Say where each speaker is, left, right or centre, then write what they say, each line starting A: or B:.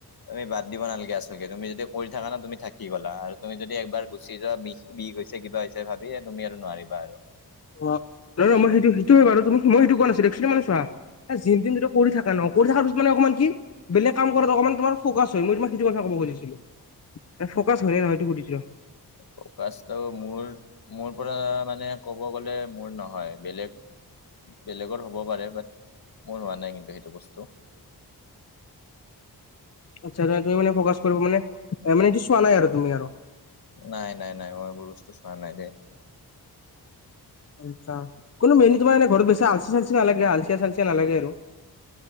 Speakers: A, on the left (about 65°); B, on the left (about 40°).
A: তুমি বাদ দিব নালগে আচলকে, তুমি যদি কৰি থাকা না তুমি থাকি গলা আৰু তুমি যদি একবাৰ গুচি যোৱা বিছ বিষ হৈছে, কিবা হৈছে ভাবিয়ে তুমি আৰু নোৱাৰিবা আৰু।
B: <unintelligible> এ জিন তিন কৰি থাকা ন, কৰি থাকা পিছত মানে অকমান কি বেলেগ কাম কৰাত অকমান তোমাৰ ফোকাছ হয় মই তোমাক সেইটো কথা ক'ব খুজিছিলো। এই ফোকাচ হয় নে নহয় সেইটো শুধিচিলো।
A: প্ৰকাচ তো আৰু মোৰ মোৰ পৰা মানে ক'ব গ'লে মোৰ নহয় বেলেগ বেলেগৰ হ'ব পাৰে বাট মোৰ হোৱা নাই কিন্তু সেইটো বস্তু।
B: আচ্ছা, তুমি মানে ফ'কাচ কৰিব মানে এ মানে এইটো চোৱা নাই আৰু তুমি আৰু
A: নাই, নাই, নাই মই এইবোৰ বস্তু চোৱা নাই দেই।
B: আচ্ছা, কোনো ঘৰত বেছি আলচি চালচি নালাগে আলচীয়া চালচিয়া নালাগে আৰু।